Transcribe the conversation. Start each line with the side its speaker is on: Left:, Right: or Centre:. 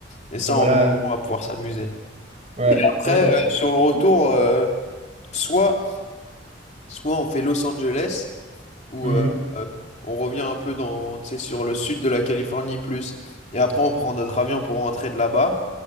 Left: Et ça,
Right: Ah voilà
Left: on, va on va pouvoir s'amuser.
Right: ouais,
Left: Et après,
Right: ah non,
Left: euh,
Right: c'est...
Left: sur le retour, euh, soit, soit on fait Los Angeles, où
Right: Mhm.
Left: euh, euh, on revient un peu dans, tu sais, sur le sud de la Californie plus, et après on prend notre avion pour rentrer de là-bas.